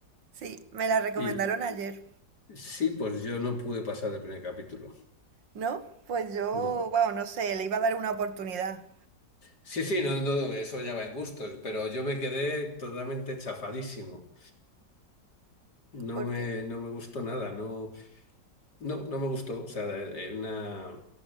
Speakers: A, on the right (about 85°); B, on the left (about 60°).
A: Sí, me la recomendaron
B: Y
A: ayer.
B: sí, pues yo no pude pasar el primer capítulo.
A: ¿No? Pues yo,
B: No.
A: bueno, no sé, le iba a dar una oportunidad.
B: Sí, sí, no, no, eso ya va en gustos, pero yo me quedé totalmente chafadísimo. No
A: porque,
B: me, no me gustó nada, no. No, no me gustó. O sea, eh, una...